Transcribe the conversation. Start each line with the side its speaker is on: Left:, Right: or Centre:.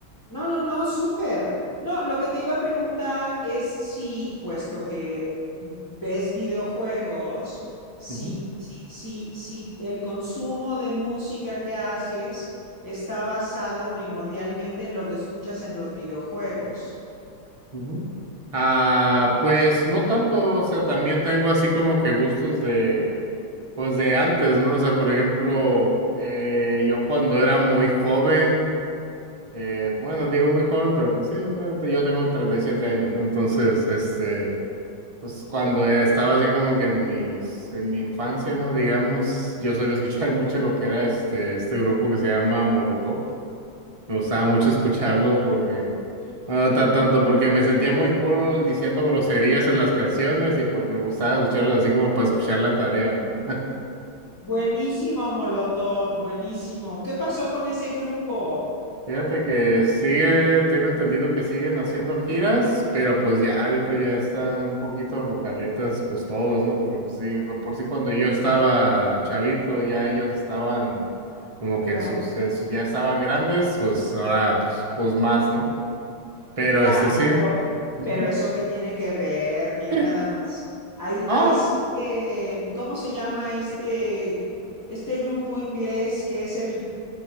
Left: No, no, no, súper. No, lo que te iba a preguntar es si, puesto que ves videojuegos, si,
Right: ujú,
Left: si, si, si el consumo de música que haces está basado primordialmente en lo que escuchas en los videojuegos.
Right: ujú. Ah, pues no tanto, o sea, también tengo así como que gustos de, pues de antes, ¿no? O sea, por ejemplo, eh, yo cuando era muy joven. Eh, bueno, digo muy joven, pero pues sí, bueno, yo tengo 37 años, ¿no? Entonces, este, pues cuando estaba así como que en mis, en mi infancia, ¿no? Digamos, yo solía escuchar <laughs> mucho lo que era este, este grupo que se llama Molotov. Me gustaba mucho escucharlos porque, bueno, tan- tanto porque me sentía muy cool diciendo groserías en las canciones y pues me gustaba escucharlas así como para escuchar la tarea, ¿no?
Left: Buenísimo, Molotov, buenísimo. ¿Qué pasó con ese grupo?
Right: Fíjate que sigue, tengo entendido que siguen haciendo giras, pero pues ya ahorita ya están un poquito rucaletas, pues todos, ¿no? Porque pues sí, por sí cuando yo estaba chavito, ya ellos estaban como que
Left: Grande.
Right: en sus, en sus- ya estaban grandes, pues ahora pues, pues más, ¿no? Pero
Left: Claro,
Right: este sí.
Left: pero,
Right: ujú.
Left: pero eso que tiene que ver, mira
Right: Sí.
Left: nada más. Ahí,
Right: Ah,
Left: ahí sí que, ¿cómo se llama este, este grupo inglés que es el,